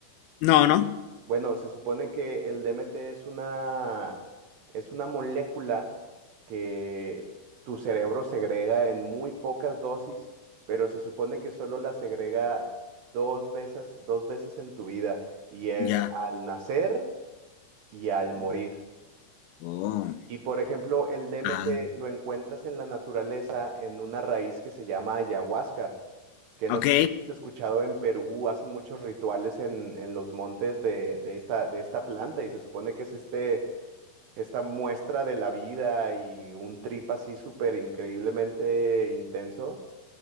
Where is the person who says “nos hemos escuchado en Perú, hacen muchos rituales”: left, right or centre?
Right